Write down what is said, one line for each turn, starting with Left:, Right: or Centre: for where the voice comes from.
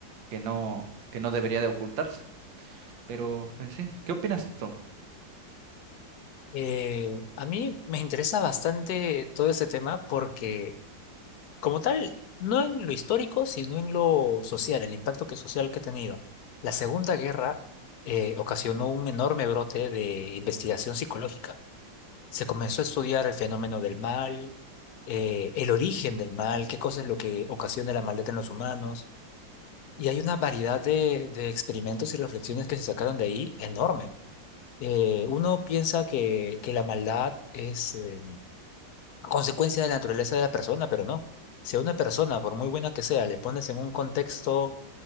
Right: que no, que no debería de ocultarse. Pero en sí, ¿qué opinas tú?
Left: Eh, a mí me interesa bastante todo este tema porque, como tal, no en lo histórico, sino en lo social, el impacto que social que ha tenido. La Segunda Guerra eh, ocasionó un enorme brote de investigación psicológica. Se comenzó a estudiar el fenómeno del mal, eh, el origen del mal, qué cosa es lo que ocasiona la maldad en los humanos. Y hay una variedad de, de experimentos y reflexiones que se sacaron de ahí enorme. Eh, uno piensa que, que la maldad es eh, consecuencia de la naturaleza de la persona, pero no. Si a una persona, por muy buena que sea, le pones en un contexto